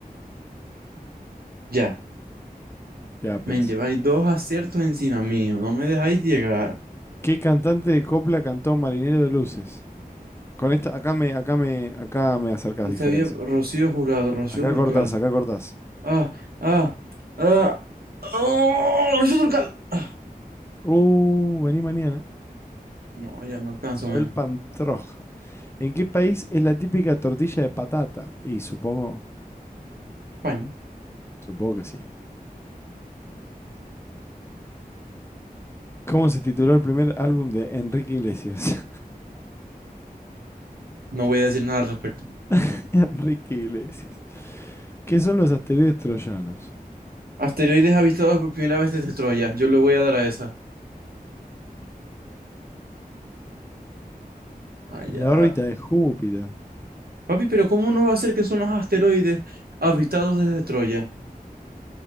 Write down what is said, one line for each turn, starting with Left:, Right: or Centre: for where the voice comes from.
Right: Ya,
Left: Ya, pues.
Right: men, lleváis dos aciertos encima mío, no me dejáis llegar.
Left: ¿Qué cantante de copla cantó Marinero de Luces? Con esta, acá me, acá me, acá me acercas
Right: Y
Left: diferencia.
Right: sabía Rocío Jurado, Rocío
Left: Acá
Right: Durcal.
Left: cortás, acá cortás.
Right: Ah, ah, ah, oh, Rocío Durcal. Ah,
Left: Uh, vení mañana.
Right: no, ya no alcanzo,
Left: Isabel
Right: men.
Left: Pantroj. ¿En qué país es la típica tortilla de patata? Y supongo,
Right: España.
Left: supongo que sí. ¿Cómo se tituló el primer álbum de Enrique Iglesias?
Right: No voy a decir nada al respecto.
Left: <laughs> Enrique Iglesias. ¿Qué son los asteroides troyanos?
Right: Asteroides avistados por primera vez desde Troya. Yo le voy a dar a esa. Ah, ya.
Left: En la órbita de Júpiter.
Right: Papi, pero ¿cómo no va a ser que son los asteroides avistados desde Troya?